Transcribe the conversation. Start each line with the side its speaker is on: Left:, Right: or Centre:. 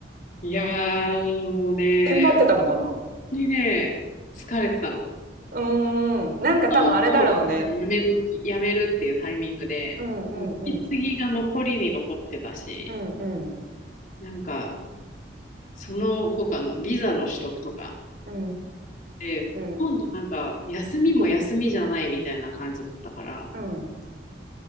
Left: いやー、もうね、
Right: テンパってたのかな
Left: 本当にね、疲れてたの。本
Right: うーん。なんか多分あれだろうね。
Left: 当、もう、なんかやめ時、やめるっていうタイミングで、
Right: うんうんうん。
Left: もう引き継ぎが残りに残ってたし、
Right: うんうん。
Left: なんか、その他のビザの取得とか、
Right: うー
Left: で、ほとんどなんか、
Right: ん。
Left: 休みも休みじゃないみたいな感じだったから、なん
Right: うん。